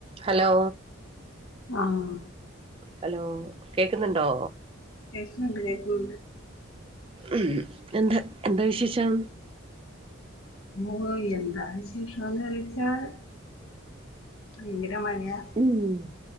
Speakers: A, on the right; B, on the left.
A: ഹലോ
B: ആഹ്
A: ഹലോ കേക്കുന്നുണ്ടോ
B: ഉണ്ട്േ ഉണ്ട് <unintelligible>
A: ഉം എന്താ എന്താ വിശേഷം
B: ഓ എന്താവിശേഷംന്ന് ചോദിച്ചാൽ ഇവിടെ മഴയാണ് മഴയാ
A: ഉം